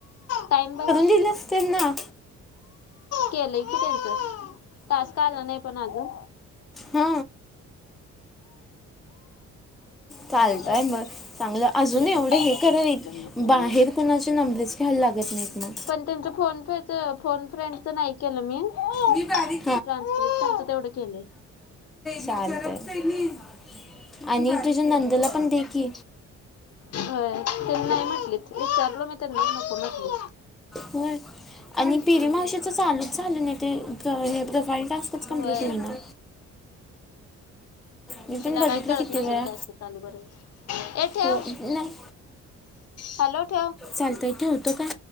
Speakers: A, on the left; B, in the centre.
A: टाइम बघ.
B: दिलस त्यांना
A: केलोय की त्यांचं टास्क आला नाही पण अजून.
B: हा चालतय
A: अच्छा
B: मग.
A: अच्छा अच्छा
B: चांगलं अजून
A: चन्ना
B: एवढे
A: चन्ना
B: हे करवेत
A: तुम्ही चन्ना चन्ना
B: बाहेर कुणाचे नंबरेच घ्यायला लागत नाहीत म.
A: त्यांचा फोन फे ते फोन फ्रेंडच केलं मी ट्रान्सक्रिप्शनच
B: मी बारीक
A: तेवढं केलेय.
B: चालतंय आणि तुझ्या नंदेला पण दे की.
A: होय त्यांना नाही म्हटलीत विचारलं मी त्यांना नको म्हटली.
B: होय. आणि पीरी
A: हम्म
B: मावशीचं चालूच झालं नाही ते प्र हे प्रोफाईल टास्कच कम्प्लीट
A: होय
B: होई ना. मी पण
A: तिला
B: बघितलं
A: काय कळत
B: किती
A: नसेल
B: वेळा
A: कसं चालू करायच ए ठेव.
B: हो नाही
A: हॅलो ठेव.
B: चालतोय ठेवतो का?